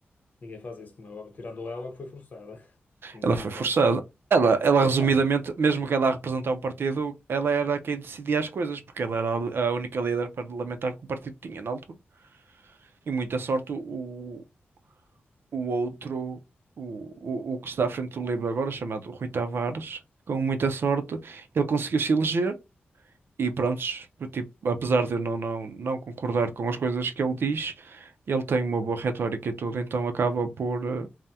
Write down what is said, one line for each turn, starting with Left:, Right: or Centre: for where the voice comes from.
Left: ninguém faz isso, como é óbvio. Tirando ela, que foi forçada, <laughs> que não
Right: Ela
Left: tinha
Right: foi
Left: hipótese.
Right: forçada. Ela, ela, resumidamente,
Left: Não.
Right: mesmo que ela a representar o partido, ela era quem decidia as coisas, porque ela era a a única líder parlamentar que o partido tinha na altura. E muita sorte o, o outro, o, o, o que está à frente do Livre agora, chamado Rui Tavares, com muita sorte, ele conseguiu se eleger E prontos, tipo, apesar de eu não, não, não concordar com as coisas que ele diz, ele tem uma boa retórica e tudo, então acaba por, eh,